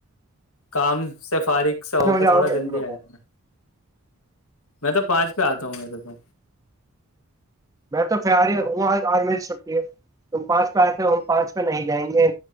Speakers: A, on the left; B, on the right.
A: کام سے فارغ
B: کتنے
A: سا ہو کے
B: بجے
A: تھوڑا
B: آؤ گے
A: جلدی
B: بتاؤ
A: آ جانا میں تو پانچ پہ آتا ہوں وسے تو
B: میں تو پیاری ہوں آج آج میری چھٹی ہے تم پانچ پہ آئےتے ہو ہم پانچ پہ نہیں جائیں گے